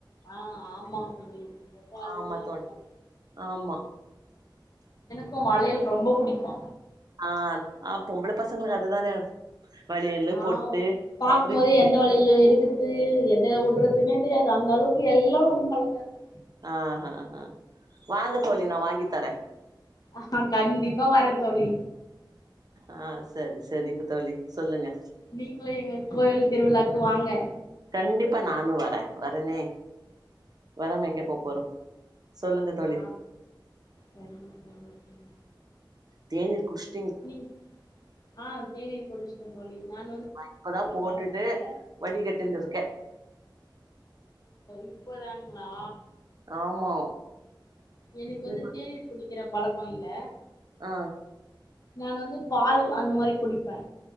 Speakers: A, on the left; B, on the right.
A: ஆ ஆமா தோழி ரொம்ப அருமையா
B: ஆமா தோழி
A: இருக்கு
B: ஆமா
A: கு வளையல் ரொம்ப புடிக்கு
B: ஆ ஆ பொம்பளபசங்களுக்கு அதுதானே வளையலு
A: ஆ
B: பொட்டு
A: பாக்கும்போதே
B: ரிப்
A: எந்த வளையிலு எடுக்கர் து எத வுட்றதுன்னே தெரியாது அந்த அளவுக்கு எல்லா ரொம்ப அழகாருக்கு
B: ஆ ஹ ஹ வாங்க தோழி நா வாங்கித்தரே
A: அ ஹ கண்டிப்பா வர தோழி
B: ஆ சரி சரிங்க தோழி சொல்லுங்க
A: நீங்களு எங்க கோயில் திருவிழாக்கு வாங்க
B: கண்டிப்பா நானு வரே வரனே வராமா எங்க போ போறோ சொல்லுங்க தோழி
A: ஆ சரிங்க சரிங்க தோழி
B: தேனீர் குடிச்
A: நீங் ஆ தேநீர் குடுச்ட்டோ தோழி நான் வந்து
B: நா இப்பதா
A: குடிக்கிற
B: போட்டுட்டு
A: பழக்கோ இல்ல
B: வடி கட்டின்டுருக்கே
A: இப்பதானுங்ளா
B: ஆமா
A: எனக்கு வந்து
B: ம்
A: தேநீர் குடிக்கிற பழக்கொ இல்ல
B: ஆ
A: நான் வந்து பால் அந்த மாரி குடிப்பே